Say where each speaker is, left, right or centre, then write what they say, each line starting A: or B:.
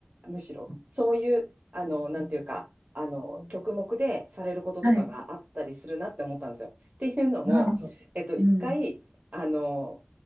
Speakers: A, on the right; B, on the right.
A: むしろ、そういう、あの、なんていうか、あの、曲目でされることとかがあったりするなって思ったんですよ。
B: はい、
A: っていうのも、
B: なるほど。
A: えっと、一回、
B: うん、
A: あの、